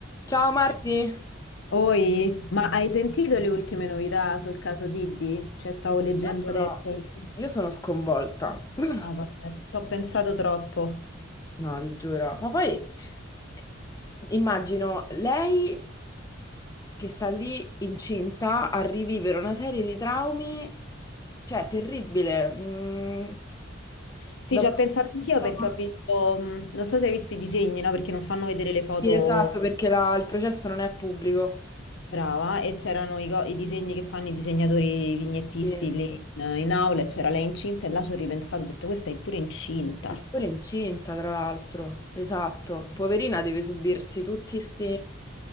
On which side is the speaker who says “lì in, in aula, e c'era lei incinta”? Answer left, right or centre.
Left